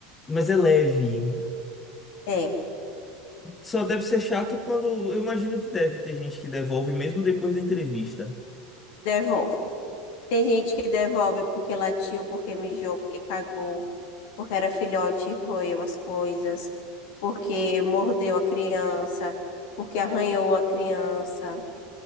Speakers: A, on the left (about 20°); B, on the left (about 60°).
A: Mas é leve.
B: É,
A: Só deve ser chato quando eu imagino que deve ter gente que devolve mesmo depois da entrevista.
B: devolve. Tem gente que devolve porque latiu, porque mijou, porque cagou, porque era filhote e roeu as coisas, porque mordeu a criança, porque arranhou a criança.